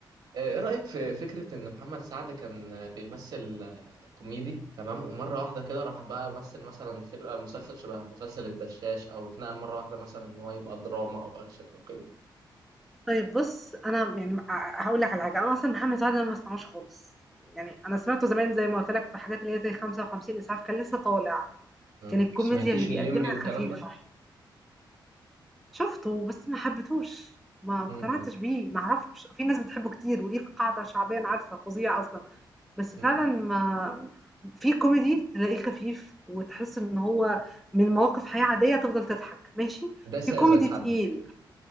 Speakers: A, on the right; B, in the centre.
A: آه، ايه رأيك في فكرة ان محمد سعد كان بيمثل كوميدي تمام ومرة واحدة كده راح بقى مثل مثلا فيلم آه، مسلسل شبه مسلسل الدشاش او اتنقل مرة واحدة مثلا ان هو يبقى دراما او اكشن او كده
B: طيب بُص، أنا يعني ع هاقول لك على حاجة، أنا أصلًا محمد سعد أنا ما باسمعوش خالص، يعني أنا سمعته زمان زي ما قُلت لك في حاجات اللي هي زي 55 إسعاف، كان لسه طالع،
A: مم.
B: كان الكوميديا
A: سمعتيش
B: اللي بيقدمها
A: الليمبي والكلام
B: خفيفة.
A: ده
B: شُفته بس ما حبيتهوش، ما ما اقتنعتش
A: مم.
B: بيه، ما أعرفش، في ناس بتحبه كتير وليه قاعدة شعبية أنا عارفة فظيع أصلًا، بس
A: مم.
B: فعلًا ما في كوميدي تلاقيه خفيف وتحس إن هو من مواقف حياة عادية تفضل تضحك، ماشي،
A: ده ساذج
B: في كوميدي
A: حبة
B: تقيل،